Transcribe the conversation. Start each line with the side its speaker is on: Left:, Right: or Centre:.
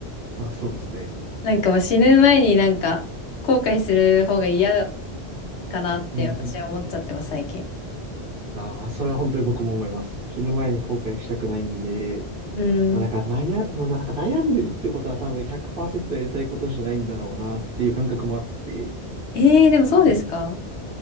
Right: まあそうですね。
Left: なんかもう死ぬ前になんか後悔する方が嫌かなって私は思っちゃってます、
Right: うんうん。
Left: 最近。
Right: ああ、それは本当に僕も思います。死ぬ前に後悔したくないんで、
Left: うん。
Right: まあだから悩ん、でもなんか悩んでるってことは多分100%やりたいことじゃないんだろうなっていう感覚もあって、
Left: えー、でもそうですか